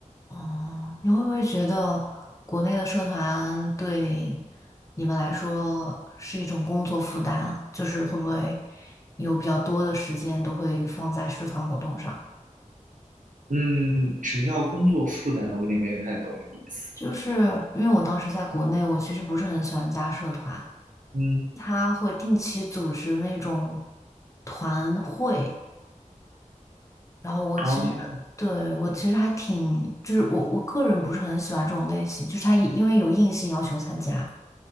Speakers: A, on the left; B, on the right.
A: 哦，你会不会觉得国内的社团对你们来说是一种工作负担啊？就是会不会有比较多的时间都会放在社团活动上？
B: 嗯，什么叫工作负担？我有点没太懂你的意思。
A: 就是因为我当时在国内，我其实不是很喜欢加社团，
B: 嗯。
A: 他会定期组织那种团会，然后我其实对我其实还挺，
B: 好。
A: 就是我我个人不是很喜欢这种类型，就是他因为有硬性要求参加，